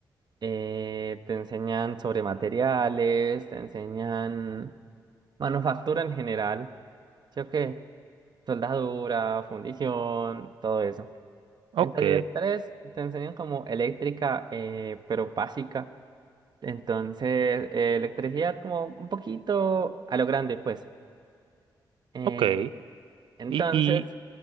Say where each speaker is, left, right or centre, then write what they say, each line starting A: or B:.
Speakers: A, on the right; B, on the right.
A: eh, te enseñan sobre materiales, te enseñan manufactura en general, ¿sí o qué? Soldadura, fundición, todo eso.
B: Ok,
A: En taller 3 te enseñan como eléctrica, eh, pero básica. Entonces, eh, electricidad como un poquito a lo grande, pues. Eh,
B: ok.
A: entonces,
B: Y, y,